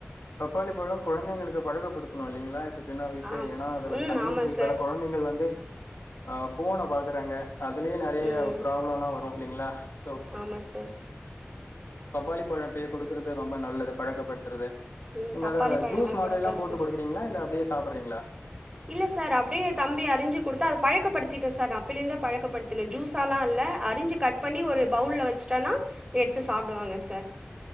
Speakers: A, on the left; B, on the right.
A: பப்பாளி பழம் குழந்தைங்களுக்கு பழகப்படுத்த <unintelligible> இல்லிங்களா இப்ப சின்ன வயசுலே
B: ஆம்
A: ஏன்னா அதுல
B: ம்
A: கண்ணுக்கு
B: ஆமா
A: இப்பெல
B: சார்
A: கொழந்தைகள் வந்து ஆ போன பாக்குறாங்க அதுலயே நெறைய
B: ம்
A: பிராப்ளம்ல்லா வரு இல்லிங்களா சோ
B: ஆமா சார்
A: பப்பாளி பழோ இப்பயே குடுக்கறது ரொம்ப நல்லது பழக்கப்படு து
B: ம்
A: நீங்க
B: பப்பாளி
A: அத
B: பழல்லா
A: ஜூஸ் மாதிரி
B: குடுப்பே
A: எல்லா போட்டு
B: சார்
A: குடுக்கறீங்களா இல்ல அப்டியே சாப்ட்றீங்களா
B: இல்ல சார் அப்படியே தம்பி அறிஞ்சு குடுத்தா அத பழக்கப்படுத்திட்டே சார் நா அப்பல இருந்த பழக்கப்படுத்தனே ஜூஸல்லா இல்ல அறிஞ்சு கட் பண்ணி ஒரு பவுல்ல வெச்சுட்டோனா எடுத்து சாப்டுவாங்க சார்